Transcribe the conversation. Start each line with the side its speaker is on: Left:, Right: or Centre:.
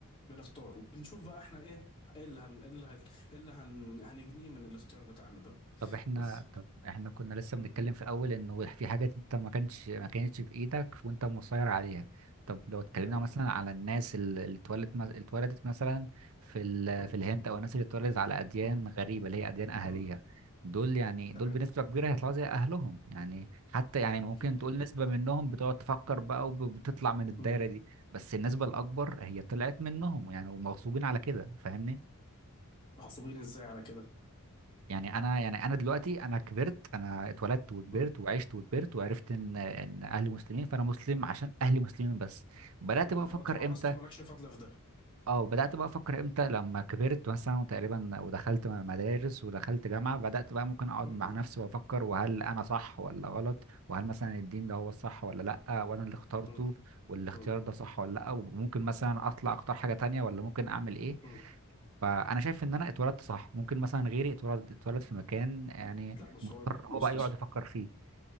Left: بنختار وبنشوف بقى احنا ايه ايه اللي هن ايه اللي هن ايه اللي هن هنجنيه من الاختيار بتاعنا ده
Right: طب احنا
Left: بس
Right: طب احنا كنا لسه
Left: مم.
Right: بنتكلم في الاول انه في حاجات انت ما كانش ما كانتش بايدك وانت مسيطر عليها طب لو اتكلمنا
Left: تمام
Right: مثلا على الناس ال- اللي اتولدت اللي اتولدت مثلا في ال...
Left: مم.
Right: في الهند او الناس اللي اتولدت على اديان
Left: مم.
Right: غريبه اللي هي اديان اهاليها
Left: مم.
Right: دول يعني دول
Left: تمام
Right: بنسبه كبيره هيطلعوا زي اهلهم يعني حتى يعني ممكن
Left: أكيد
Right: تقول نسبه منهم بتقعد تفكر بقى وبتطلع من الدايره
Left: مم.
Right: دي بس النسبه الاكبر هي طلعت منهم يعني ومغصوبين على كده فاهمني
Left: مغصوبين ازاي على كده
Right: يعني انا يعني انا دلوقتي انا كبرت انا اتولدت وكبرت
Left: مم.
Right: وعشت وكبرت وعرفت ان ان اهلي مسلمين فانا مسلم عشان اهلي مسلمين بس بدات
Left: تمام
Right: بقى
Left: اللي
Right: افكر
Left: هو تورثته
Right: امتى
Left: مالكش فضل في ده
Right: اه بدات بقى افكر امتى لما كبرت مثلا وتقريبا ودخلت مدارس ودخلت جامعه بدات بقى ممكن اقعد
Left: مم.
Right: مع نفسي وافكر وهل انا صح ولا غلط وهل مثلا الدين ده هو الصح ولا لا وانا اللي اخترته
Left: مم.
Right: والاختيار
Left: مم.
Right: ده صح ولا لا وممكن مثلا اطلع اختار حاجه تانية ولا ممكن اعمل ايه
Left: مم.
Right: فانا شايف ان انا اتولدت صح ممكن مثلا غيري اتولد اتولد في مكان يعني
Left: لا بص
Right: مضطر
Left: هو
Right: هو
Left: بص
Right: بقى
Left: بص
Right: يقعد يفكر فيه